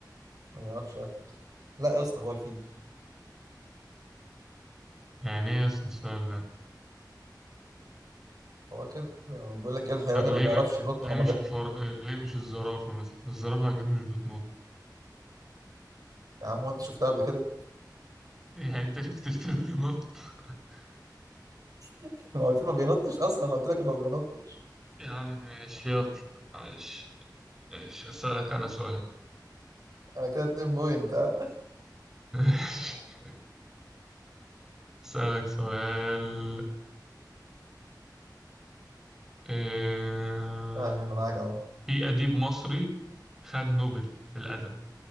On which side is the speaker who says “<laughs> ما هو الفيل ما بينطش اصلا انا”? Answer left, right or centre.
Right